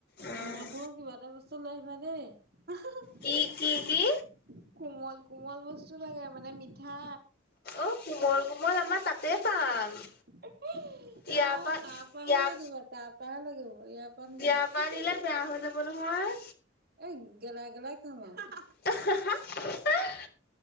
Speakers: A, on the left; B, on the right.
A: উম।
B: কোমল, কোমল কিবা এটা বস্তু লৈ আহিবা দেই <unintelligible>
A: কি কি কি
B: কোমল কোমল বস্তু লাগে, মানে মিঠা
A: অ, কোমল-কোমল আমাৰ তাতে পাম।
B: আহ অ,
A: ইয়াৰ পৰা
B: তাৰ পৰাহে
A: ইয়াৰ
B: লাগিব তাৰ পৰাহে লাগিব, ইয়াৰ পৰা নহয়
A: ইয়াৰ পৰা
B: <unintelligible>
A: নিলে বেয়া হৈ যাব নহয়
B: এ, গেলা গেলা ঘামে <unintelligible>
A: <unintelligible>